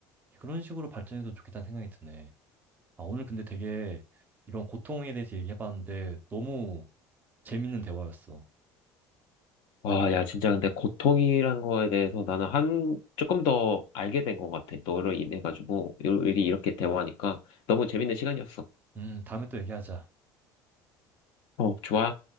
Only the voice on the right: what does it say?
그런 식으로 발전해도 좋겠다는 생각이 드네. 아, 오늘 근데 되게 이런 고통에 대해서 얘기해봤는데 너무 재밌는 대화였어.
음, 다음에 또 얘기하자.